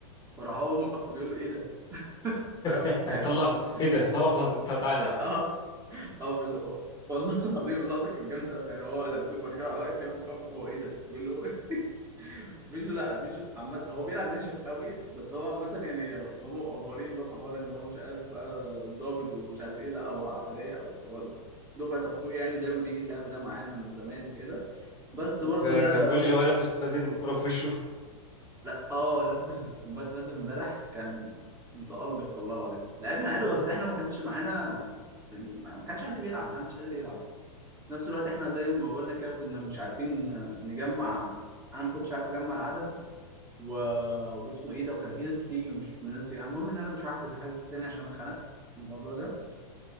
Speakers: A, on the right; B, on the left.
A: فراح هو موقفه بيقول له ايه ده فاهم
B: <laughs>
A: يعني
B: طلع
A: هو-
B: ايه ده طلع بطاقتك تع- تعالى
A: اه
B: تعالى
A: <laughs> اه بيقول له هو والله العظيم اللقطه كانت جامده قوي يعني هو لبسه جوه كده واقف كده موقف هو ايه ده بيقول له هو إيه؟ <laughs> مش لا مش عم... هو بيلعب ناشف قوي بس هو عامه يعني هم مقفورين بقى في حوار ان هو مش عارف بقى ظابط ومش عارف ايه لا هو عسليه قوي هو دفعه اخويا يعني ودايما بيجي اللعب ده معانا من زمان وكده بس برضو
B: فكان
A: ده
B: بيقول لي اللي هو لابس مازن كرة في وشه
A: لا اه لبس بات مازن امبارح كان متألق والله العظيم لعبنا
B: <laughs>
A: حلو
B: اه
A: بس احنا ما كانش معانا ما ما كانش حد بيلعب ما حدش قادر يلعب في نفس الوقت احنا زي ما بقول لك كده كنا مش عارفين نجمع انا ما كنتش عارف اجمع العدد و... واسمه ايه ده وكان في ناس بتيجي ومش ناس بتيجي المهم ان انا مش هحجز حاجة تاني عشان اتخنقت من الموضوع ده